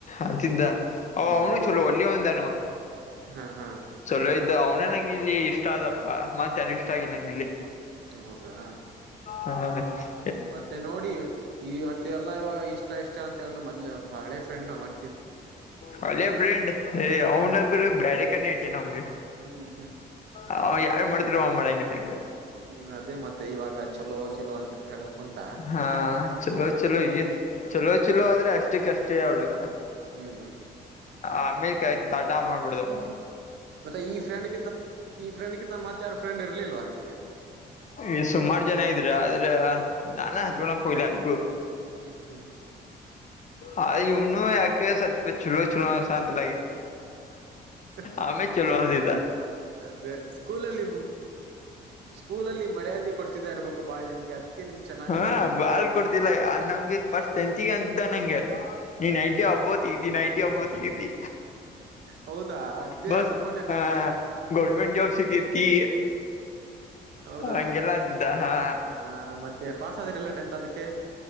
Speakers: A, on the left; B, on the right.
A: ಅಂತಿದ್ದ ಅವ
B: ಹ್ಮ್
A: ಅವನು ಚಲೋ ಒಲ್ಲಿ ಒಂದಾನ.
B: ಹಾ ಹಾ.
A: ಚಲೋ ಇದ್ದ ಅವ್ನೇ ನಂಗ ಇಲ್ಲಿ ಇಷ್ಟ ಆದದಪ್ಪ ಮತ್ತ ಯಾರಿ ಇಷ್ಟ ಆಗಿಲ್ಲ ನಂಗ ಇಲ್ಲಿ.
B: ಹೌದಾ.
A: ಹಾ ಅಣ್ಣ.
B: ಮತ್ತೆ ನೋಡಿ ಇವತ್ತ ಎಲ್ಲಾ ಇವಾಗ ಇಷ್ಟ ಇಷ್ಟ ಅಂತ ಅಂದು ಮೊದ್ಲೆ ಹಳೆ ಫ್ರೆಂಡ್ ನ ಮರ.
A: ಹಳೆ ಫ್ರೆಂಡ್ ಏ ಅವನಂತ್ರು
B: ಹ್ಮ್
A: ಬ್ಯಾರೆ ಕಡೆನ ಇಟ್ಟಿನಿ ಅವಂಗ.
B: ಹ್ಮ್ ಹ್ಮ್.
A: ಅವ ಆಗಿ ಹೈ ಮಾಡಿದ್ರು ಅವ ಮಾಡಂಗಿಲ್ಲ ನಂಗ.
B: ಹ್ಮ್ ಅದೇ ಮತ್ತೆ ಇವಾಗ ಚಲೋ ಚಲೋ ಅಂತ ಹೇಳ ಕುಂತ.
A: ಹಾ ಚಲೋ ಚಲೋ ಈ ಚಲೋ ಚಲೋ ಆದ್ರೆ ಅಷ್ಟಕ ಅಷ್ಟೇ ಅವರು.
B: ಹ್ಮ್
A: ಆಮಿಕೆ ಟಾಟಾ ಮಾಡಿ ಬಿಡುದು.
B: ಮತ್ತೆ ಈ ಫ್ರೆಂಡ್ಗಿಂತ ಈ ಫ್ರೆಂಡ್ಗಿಂತ ಮತ್ತ ಯಾರು ಫ್ರೆಂಡ್ ಇರ್ಲಿಲ್ವಾ ನಿಮ್ಗೆ.
A: ಈ ಸುಮಾರು ಜನ ಇದ್ರ ಆದ್ರ. ನಾನ
B: ಹ
A: ಹಚಕೋನ ಹೋಗ್ಲಿ ಅದಕು.
B: ಹ್ಮ್ ಹ್ಮ್
A: ಆ ಇವನು ಯಾಕ ಸ್ವಲ್ಪ ಚಲೋ ಚಲೋ ಅನಸಾತಂಗಿಲ್ಲ.
B: ಹ
A: ಆಮೇಲೆ ಚಲೋ ಆದೀದ.
B: ಅದೇ ಸ್ಕೂಲಲ್ಲಿ ಸ್ಕೂಲಲ್ಲಿ ಮರ್ಯಾದೆ ಕೊಡ್ತ. ಇರಬೇಕು ಬಾಳ ನಿಮ್ಗೆ. ಅದಕ್ಕೆ ನಿಮ್ಗೆ ಚೆನ್ನಾಗ್
A: ಹಾ
B: ಅನ್ಸಿರ್ಬೇಕು
A: ಬಾಳ ಕೊಡ್ತಿಲ್ಲ ಆ ನಮ್ಗೆ ಇದ ಪಸ್ಟ್ <unintelligible> ಅಂತಿದ್ದ ನಂಗೆ. ನೀ ನೈಂಟಿ ಅಬೊವ ತಗಿತಿ ನೈಂಟಿ ಅಬೊವ ತಗಿತಿ.
B: ಹೌದಾ ಅದೇ
A: ದೋಸ್ತ
B: ಅನ್ಕೊಂಡೆ
A: ಹಾ.
B: ನಾನು ಹ
A: ಗೋರ್ಮೆಂಟ್ ಜಾಬ್ ಸಿಗೇತಿ
B: ಹೌದಾ
A: ಹಂಗೆಲ್ಲ ಅಂದಿದ್ದ ಹಾ.
B: ಹ ಮತ್ತೆ ಪಾಸ್ ಆದಿರಲ್ಲ ಟೆಂತ್ ಅದಕ್ಕೆ.